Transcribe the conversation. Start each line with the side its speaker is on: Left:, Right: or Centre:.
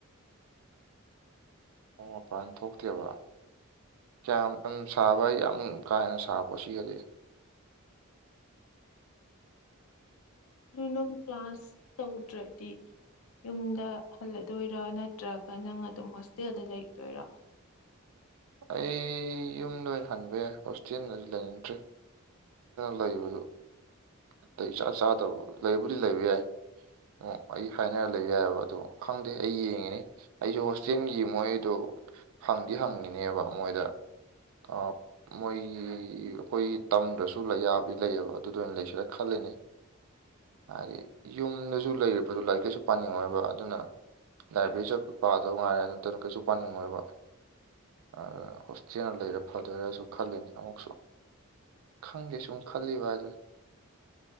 Right: ꯑꯣ ꯃꯄꯥꯟ ꯊꯣꯛꯇꯦꯕ꯫ ꯀꯌꯥꯝ ꯎꯝ ꯁꯥꯕ ꯌꯥꯝ ꯀꯥ-ꯍꯦꯟꯅ ꯁꯥꯕ꯭ꯔꯣ ꯁꯤꯒꯗꯤ꯫
Left: ꯑꯗꯨ ꯅꯨꯡ ꯀ꯭ꯂꯥꯁ ꯇꯧꯗ꯭ꯔꯗꯤ꯫ ꯌꯨꯝꯗ ꯍꯜꯂꯗꯣꯏꯔ ꯅꯠꯇ꯭ꯔꯒ ꯅꯪ ꯑꯗꯨꯝ ꯍꯣꯁꯇꯦꯜꯗ ꯂꯩꯒꯤꯗꯣꯏꯔꯣ?
Right: ꯑꯩ ꯌꯨꯝꯗ ꯑꯣꯏꯅ ꯍꯟꯕ ꯌꯥꯏ ꯍꯣꯁꯇꯦꯜꯗꯗꯤ ꯂꯩꯅꯤꯡꯗ꯭ꯔꯦ꯫ ꯂꯩꯕꯗꯨ ꯑꯇꯩ ꯏꯆꯥ- ꯆꯥꯗꯕ ꯂꯩꯕꯨꯗꯤ ꯂꯩꯕ ꯌꯥꯏ꯫ ꯑꯣ ꯑꯩ ꯍꯥꯏꯅꯔ ꯂꯩꯕ ꯌꯥꯏ ꯑꯗꯣ ꯈꯪꯗꯦ ꯑꯩ ꯌꯦꯡꯉꯤꯅꯤ꯫ ꯑꯩꯁꯨ ꯍꯣꯁꯇꯦꯜꯒꯤ ꯃꯣꯏꯗꯣ ꯍꯪꯗꯤ ꯍꯪꯉꯤꯅꯦꯕ ꯃꯣꯏꯗ ꯑ ꯃꯣꯏꯒꯤ ꯑꯩꯈꯣꯏ ꯇꯝꯗ꯭ꯔꯁꯨ ꯂꯩꯌꯥꯕꯤ ꯂꯩꯌꯦꯕ ꯑꯗꯨꯗ ꯑꯣꯏꯅ ꯂꯩꯁꯤꯔꯥ ꯈꯜꯂꯤꯅꯤ꯫ ꯍꯥꯏꯗꯤ ꯌꯨꯝꯗꯁꯨ ꯂꯩꯔꯤꯕꯗꯨ ꯂꯥꯏꯔꯤꯛ ꯀꯩꯁꯨ ꯄꯥꯅꯤꯡꯉꯣꯏꯕ ꯑꯗꯨꯅ ꯂꯥꯏꯕ꯭ꯔꯦꯔꯤ ꯆꯠꯄ ꯄꯥꯗꯧ ꯉꯥꯏꯔꯦ ꯑꯗꯨ ꯅꯠꯇꯅ ꯀꯩꯁꯨ ꯄꯥꯅꯤꯡꯉꯣꯏꯕ꯫ ꯑ ꯍꯣꯁꯇꯦꯜ ꯂꯩꯔ ꯐꯗꯣꯏꯔꯁꯨ ꯈꯜꯂꯤꯅꯦ ꯑꯃꯨꯛꯁꯨ꯫ ꯈꯪꯗꯦ ꯁꯨꯝ ꯈꯜꯂꯤꯕ ꯍꯥꯏꯗꯨꯅꯤ꯫